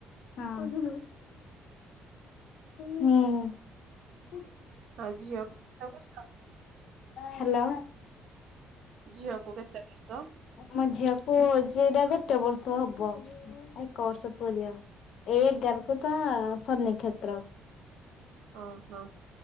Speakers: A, on the left (about 70°); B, on the right (about 75°).
A: ହଁ। ହୁଁ।
B: ଆଉ ଝିଅ କେତେ ବର୍ଷ
A: ହାଲୋ
B: ଝିଅକୁ କେତେ ବର୍ଷ?
A: ମ ଝିଅ କୁ ସେଇଟା ଗୋଟେ ବର୍ଷ ହବ ଏକ ବର୍ଷ ପୁରିବ। ଏଇ ଏଗାର କୁ ତା ସନିକ୍ଷେତ୍ର।
B: ଓ ହୋ।